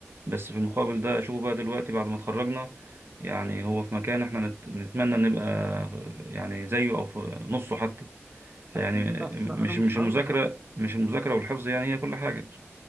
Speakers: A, on the right; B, on the right.
A: بس في المقابل ده اشوفه بقى دلوقتي بعد ما اتخرجنا يعني هو في مكان احنا نت... نتمنى نبقى يعني زيه او في نصه حتى فيعني
B: اكيد بس
A: مش
B: انا مش
A: مش
B: عاوز
A: المذاكرة مش المذاكرة والحفظ يعني هي كل حاجة